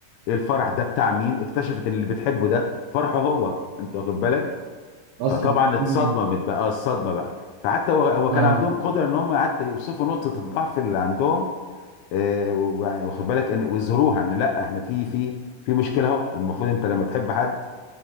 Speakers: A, on the left; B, on the right.
A: الفرح ده بتاع مين اكتشفت ان اللي بتحبه ده فرحه هو انت واخد بالك
B: اصلا
A: فطبعا اتصدمت
B: امم
A: بقى آه، الصدمه بقى فحتى هو هو
B: اه
A: كان عندهم قدره ان هم حتى يوصفوا نقطه الضعف اللي عندهم آه، ويعني واخد بالك ان ويظهروها ان لا احنا في في في مشكله اهو المفروض انت لما تحب حد